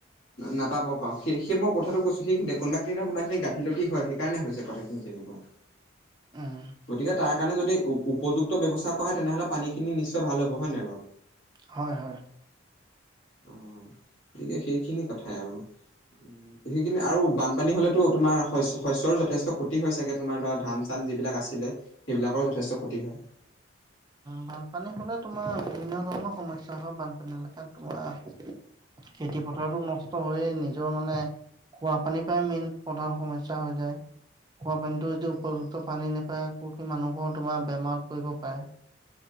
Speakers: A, on the left; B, on the right.
A: নাপাব পাওঁ সেই সেই মই কথাটো কৈছো সেইখিনিতে কোনোবাখিনি নহয় কোনোবাখিনি গাফিলতি হয় সেইকাৰণে হৈছে কথাখিনি তেনেকুৱা
B: উম,
A: গতিকে তাৰ কাৰণে যদি উপযুক্ত ব্যৱস্থা কৰা হয় তেনেহলে পানী খিনি নিশ্চয় ভাল হব হয় নাই বাৰু
B: হয় হয়।
A: অ' গতিকে সেইখিনি কথাই আৰু উ সেইখিনি আৰু বানপানী হলেতো তোমাৰ শ্ শস্যৰো যথেষ্ট ক্ষতি হয় চাগে তোমাৰ ধৰা ধান চান যিবিলাক আছিলে সেইবিলাকৰো যথেষ্ট ক্ষতি হয়।
B: বানপানী হলে তোমাৰ বিভিন্ন ধৰণৰ সমস্যা হয় বানপানী একাত তোমাৰ খেতি পথাৰতো নষ্ট হৈয়ে নিজৰ মানে খোৱা পানীৰ পৰাই মেইন প্ৰধান সমস্যা হৈ যায় খোৱা পানীতো যদি উপযুক্ত
A: অ
B: পানী নেপায় পুখী মানুহৰ তোমাৰ বেমাৰত পৰিব পাৰে